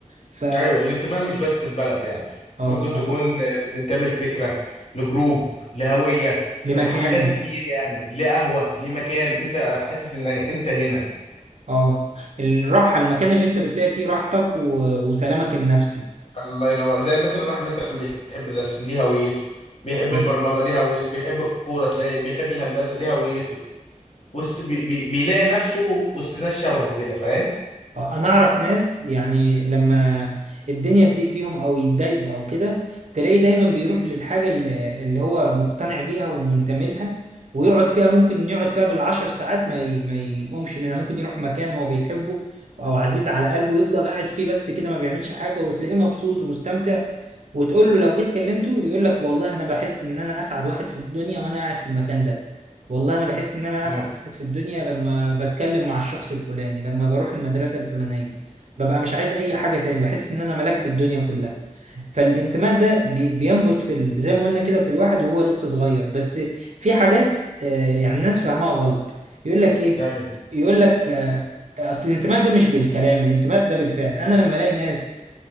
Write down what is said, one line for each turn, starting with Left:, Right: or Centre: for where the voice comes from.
Right: ف اه
Left: أيوة الانتماء مش بس ببلد يعني
Right: آه،
Left: ممكن
Right: صح
Left: تكون بتنتمي لفكرة لجروب لهوية
Right: لمكان
Left: لحاجات كتير يعني لقهوة لمكان أنت حاسس إن أنت هنا
Right: اه الراحه المكان اللي انت بتلاقي فيه راحتك و... وسلامك النفسي
Left: الله ينور زي مثلا واحد مثلا بيحب الرسم دي هويته بيحب
Right: آه.
Left: البرمجة دي هويته بيحب الكورة تلاقي بيحب الهندسة دي هويته وسط بي بي بيلاقي نفسه وسط ناس شبهه كده فاهم؟
Right: انا اعرف ناس يعني لما الدنيا تضيق بيهم او يتضايقوا او كده تلاقيه دايما بيروح للحاجه اللي اللي هو مقتنع بيها ومنتمي لها ويقعد فيها ممكن يقعد فيها بالعشر ساعات ما ي... ما يقومش منها ممكن يروح مكان هو بيحبه او عزيز على قلبه يفضل قاعد فيه بس كده ما بيعملش حاجه وتلاقيه مبسوط ومستمتع وتقول له لو جيت كلمته يقول لك والله انا بحس ان انا اسعد واحد في الدنيا وانا قاعد في المكان ده والله انا بحس ان انا
Left: مم.
Right: اسعد واحد في الدنيا لما بتكلم مع الشخص الفلاني لما بروح المدرسه الفلانيه ببقى مش عايز اي حاجه تاني بحس ان انا ملكت الدنيا كلها فالانتماء ده بي- بينبت في ال- زي ما قلنا كده في الواحد وهو لسه صغير بس في حاجات آه، يعني الناس فاهمها غلط يقول لك ايه
Left: أيوه
Right: يقول لك آه، اصل الانتماء ده مش بالكلام الانتماء ده بالفعل انا لما الاقي ناس